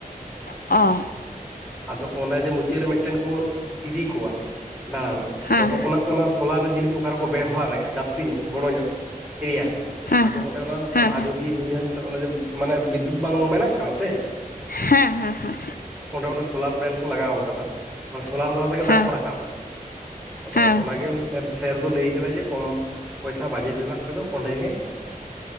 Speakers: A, on the left; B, in the centre.
A: ᱚ
B: ᱟᱫᱚ ᱚᱱᱮ ᱡᱮ ᱢᱩᱪᱟᱹᱫ ᱨᱮ ᱢᱤᱫᱴᱮᱱ ᱠᱚ ᱤᱫᱤ ᱠᱚᱣᱟ ᱫᱟᱬᱟᱱ
A: ᱦᱮᱸ
B: ᱟᱫᱚ
A: ᱦᱮᱸ
B: ᱚᱱᱟ ᱚᱱᱟ ᱦᱚᱞᱟ ᱨᱮ ᱡᱤᱱᱤᱥ ᱚᱠᱟ ᱨᱮᱠᱚ ᱵᱮᱣᱦᱟᱨᱮᱫᱼᱟ ᱡᱟᱹᱥᱛᱤ ᱧᱚᱜ ᱵᱚᱲᱚ ᱧᱚᱜ ᱮᱨᱤᱭᱟ ᱨᱮ
A: ᱦᱮᱸ
B: ᱟᱫᱚ ᱚᱸᱰᱮ
A: ᱦᱮᱸ
B: ᱚᱱᱟ
A: ᱦᱮᱸ
B: ᱟᱡᱚᱫᱤᱭᱟᱹ ᱵᱩᱨᱩᱤ ᱦᱟᱸᱥᱫᱟ ᱚᱱ ᱢᱟᱱᱮ ᱵᱤᱫᱽᱫᱩᱛ ᱵᱟᱝ ᱵᱮᱱᱟᱜ ᱠᱟᱱᱟ ᱥᱮ
A: ᱦᱮᱸ ᱦᱮᱸ ᱦᱮᱸ
B: ᱚᱸᱰᱮ ᱚᱱᱟ ᱥᱳᱞᱟᱨ ᱯᱮᱱᱮᱞ ᱠᱚ ᱞᱟᱜᱟᱣ ᱠᱟᱫᱟ ᱢᱟᱱᱮ ᱥᱳᱞᱟᱨ ᱫᱞᱟ ᱛᱮᱜᱮ
A: ᱦᱮᱸ
B: ᱫᱟᱜ ᱠᱚ ᱨᱟᱠᱟᱵᱟ ᱟᱫᱚ
A: ᱦᱮᱸ
B: ᱚᱱᱟᱜᱮ ᱥᱮᱨ ᱞᱟᱹᱭ ᱠᱟᱫᱟ ᱡᱮ ᱠᱚᱢ ᱯᱚᱭᱥᱟ ᱵᱟᱡᱮᱴ ᱨᱮᱱᱟᱜ ᱛᱮᱫᱚ ᱚᱸᱰᱮ ᱜᱮ